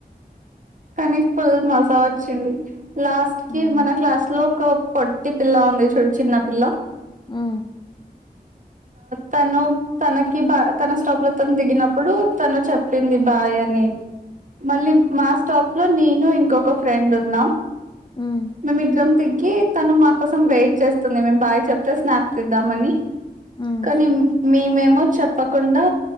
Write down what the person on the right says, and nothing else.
కానీ ఫేమస్ బావచ్చింది లాస్ట్ కి
మన క్లాస్ లో ఒక పొట్టి పిల్లా ఉంది చూడు చిన్న పిల్ల
తను తనకి బా తన స్టాప్ లో తను దిగినప్పుడు తను చెప్పింది బాయ్ అని మళ్ళీ మా స్టాప్ లో నేను ఇంకొక ఫ్రెండ్ ఉన్నాం
మేము ఇద్దరం దిగ్ కి తను నాక్ కోసం వెయిట్ చేస్తుంది మేము బాయ్ చెప్తే స్నాప్ తీద్దామని
కానీ మేము ఏమో చెప్పకుండా